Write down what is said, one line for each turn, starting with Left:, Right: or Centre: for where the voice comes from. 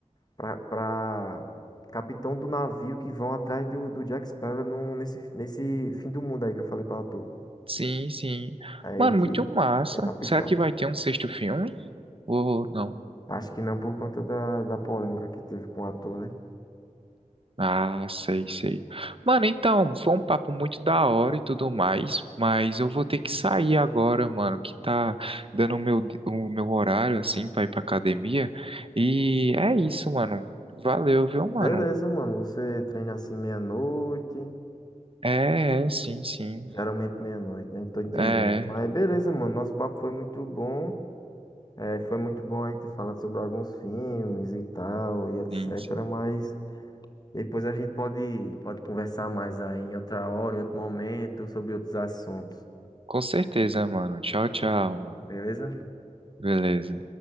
Left: pra, pra capitão do navio que vão atrás do, do Jack Sparrow num- nesse, nesse fim do mundo aí que eu falei pra tu.
Right: Sim, sim.
Left: É
Right: Mano,
Left: ele que
Right: muito massa.
Left: é capitão.
Right: Será que vai ter um sexto filme? Ou não?
Left: Acho que não por conta da, da polêmica que teve com o ator, né?
Right: Ah, sei, sei. Mano, então, foi um papo muito da hora e tudo mais, mas eu vou ter que sair agora, mano, que tá dando o meu, di- o meu horário, assim, pra ir pra academia. E é isso, mano. Valeu, viu, mano?
Left: Beleza, mano. Você treina assim meia-noite.
Right: É, é, sim, sim.
Left: Geralmente meia-noite, né? Tô entendendo.
Right: É, é,
Left: Mas beleza, mano. Nosso papo foi muito bom. É, foi muito bom aí ter falado sobre alguns filmes e tal, e etc.
Right: sim, sim.
Left: Mas Depois a gente pode, pode conversar mais aí em outra hora, em outro momento, sobre outros assuntos.
Right: Com certeza, mano. Tchau, tchau, mano.
Left: Beleza?
Right: Beleza.